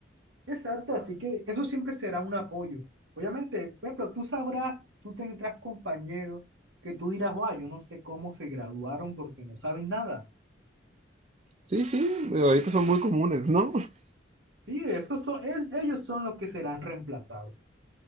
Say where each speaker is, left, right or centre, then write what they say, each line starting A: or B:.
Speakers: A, on the right (about 80°); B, on the right (about 35°).
A: exacto. Así que eso siempre será un apoyo. Obviamente, por ejemplo, tú sabrás, tú tendrás compañeros que tú dirás, wow, yo no sé cómo se graduaron porque no saben nada.
B: Sí, sí, digo, ahorita son muy comunes, ¿no? <laughs>
A: Sí, esos son, es- ellos son los que serán reemplazados.